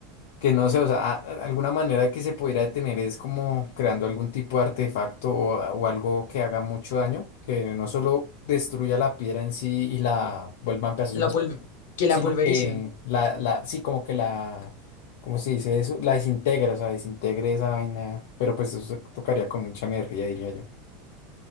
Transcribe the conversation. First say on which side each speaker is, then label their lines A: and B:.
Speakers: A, on the left (about 70°); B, on the left (about 85°).
A: que no sé, o sea, a- a- alguna manera que se pudiera detener es como creando algún tipo de artefacto o, a- o algo que haga mucho daño, que no solo destruya la piedra en sí y la vuelva en pedazos
B: La
A: más
B: pulv-
A: pequeños,
B: que
A: sino
B: la pulverice.
A: que la, la, sí, como que la, ¿cómo se dice eso? La desintegra, o sea, desintegre esa vaina, pero pues eso tocaría con mucha energía, diría yo.